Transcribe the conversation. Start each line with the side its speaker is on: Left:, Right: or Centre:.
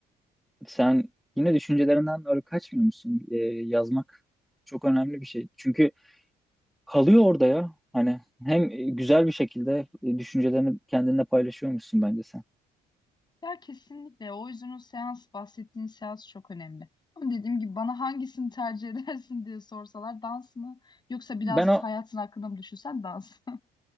Centre: Sen yine düşüncelerinden öyle kaçmıyor musun? Ee, yazmak çok önemli bir şey. Çünkü kalıyor orada ya. Hani hem güzel bir şekilde e, düşüncelerini kendinle paylaşıyormuşsun bence sen.
Left: Ya kesinlikle. O yüzden o seans, bahsettiğin seans çok önemli. Ama dediğim gibi bana hangisini tercih <laughs> edersin diye sorsalar dans mı? Yoksa biraz
Centre: Ben o
Left: hayatın hakkında mı düşünsen dans.